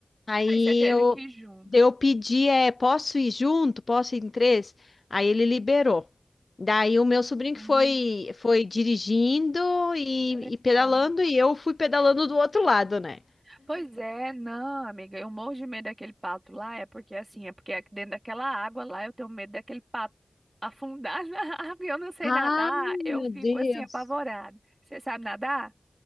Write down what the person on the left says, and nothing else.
Aí
eu,
daí eu pedi, é, posso ir junto? Posso ir em três? Aí ele liberou. Daí o meu sobrinho
que foi, foi dirigindo e,
e pedalando e eu fui pedalando do outro lado, né?
Ai,
meu
Deus.